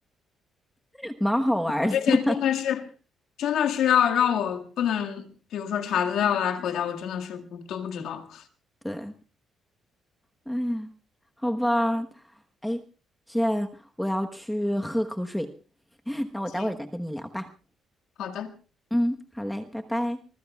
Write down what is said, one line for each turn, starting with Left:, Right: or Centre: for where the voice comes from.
Centre: <laughs> 蛮好玩儿的，
Left: 我这些真的是，
Centre: <laughs>
Left: 真的是要让我不能，比如说查资料来回答，我真的是不都不知道。
Centre: 对，哎呀，好吧，哎，现在我要去喝口水，<laughs> 那我待会儿再跟你聊吧，
Left: 行，好的。
Centre: 嗯，好嘞，拜拜。